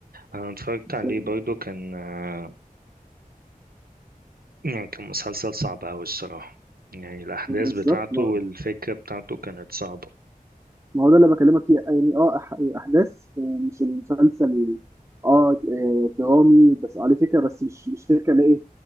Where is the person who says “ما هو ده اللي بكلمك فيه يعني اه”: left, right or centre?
Right